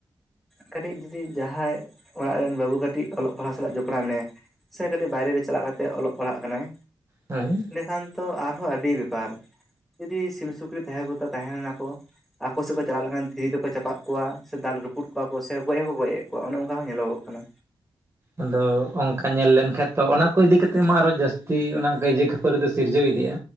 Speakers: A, in the centre; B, on the right.
A: ᱠᱟᱹᱴᱤᱡ ᱡᱩᱫᱤ ᱡᱟᱦᱟᱸᱭ ᱚᱲᱟᱜ ᱨᱮᱱ ᱵᱟᱹᱵᱩ ᱠᱟᱹᱴᱤᱡ ᱚᱞᱚᱜ ᱯᱟᱲᱦᱟᱜ ᱥᱟᱞᱟᱜ ᱡᱚᱯᱲᱟᱣ ᱢᱮᱱᱟᱭᱟ᱾ ᱥᱮ ᱠᱟᱹᱴᱤᱡ ᱵᱟᱭᱨᱮ ᱨᱮ ᱪᱟᱞᱟᱜ ᱠᱟᱛᱮ ᱚᱞᱚᱜ ᱯᱟᱲᱦᱟᱜ ᱠᱟᱱᱟᱭ᱾
B: ᱦᱚᱭ
A: ᱤᱸᱱᱟᱹᱠᱷᱟᱱ ᱛᱚ ᱟᱨᱦᱚᱸ ᱟᱹᱰᱤ ᱵᱮᱯᱟᱨ᱾ ᱡᱩᱫᱤ ᱥᱤᱢ ᱥᱩᱠᱨᱤ ᱛᱟᱦᱮᱸ ᱠᱚ ᱛᱮ ᱛᱟᱦᱮᱸᱱᱟ ᱠᱚ᱾ ᱟᱠᱚ ᱥᱮᱫ ᱠᱚ ᱪᱟᱞᱟᱣ ᱞᱮᱱᱠᱷᱟᱱ ᱫᱷᱤᱨᱤ ᱛᱮᱠᱚ ᱪᱟᱯᱟᱜ ᱠᱚᱣᱟ ᱥᱮ ᱫᱟᱞ ᱨᱟᱹᱯᱩᱫ ᱠᱚᱣᱟ ᱠᱚ ᱥᱮ ᱜᱚᱡ ᱦᱚᱸᱠᱚ ᱜᱚᱡ ᱮᱫ ᱠᱚᱣᱟ ᱚᱱᱮ ᱚᱱᱠᱟ ᱦᱚᱸ ᱧᱮᱞᱚᱜᱚᱜ ᱠᱟᱱᱟ᱾
B: ᱟᱫᱚ ᱚᱱᱠᱟ ᱧᱮᱞ ᱞᱮᱱᱠᱟᱱᱡ ᱛᱚ ᱚᱱᱟ ᱠᱚ ᱤᱫᱤ ᱠᱟᱛᱮᱜ ᱢᱟ ᱟᱨᱚ ᱡᱟᱹᱥᱛᱤ ᱚᱱᱟ ᱠᱟᱹᱟᱭᱡᱟᱹ ᱠᱷᱟᱹᱯᱟᱹᱨᱤ ᱫᱚ ᱥᱤᱨᱡᱟᱹᱣ ᱤᱫᱤᱜᱼᱟ᱾